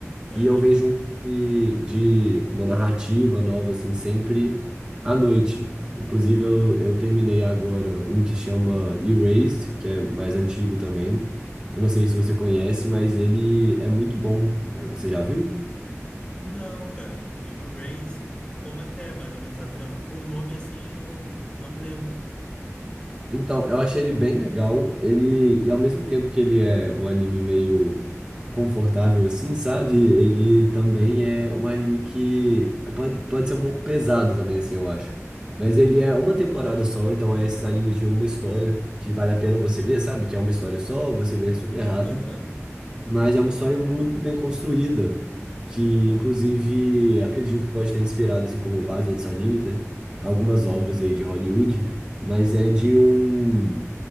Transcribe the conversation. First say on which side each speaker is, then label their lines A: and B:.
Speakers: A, on the left; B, on the right.
A: É,
B: E eu vejo um de, de uma narrativa nova, assim, sempre à noite. Inclusive, eu, eu terminei agora um que chama Erased, que é mais antigo também. Eu não sei se você conhece, mas ele é muito bom. Eh, Você já viu?
A: não, cara. E o Raze, como é que é mais ou menos a trama? Por nome assim, eu não, não me lembro.
B: Então, eu achei ele bem legal. Ele, e ao mesmo tempo que ele é um anime meio confortável assim, sabe? Ele também é um anime que pode, pode ser um pouco pesado também assim, eu acho. Mas ele é uma temporada só, então é esses animes de uma história que vale a pena você ver, sabe? Que é uma história só, você vê super rápido.
A: Aham.
B: Mas é uma história muito bem construída, que inclusive acredito que pode ter inspirado, assim como vários outros animes, né? Algumas obras aí de Hollywood, mas é de um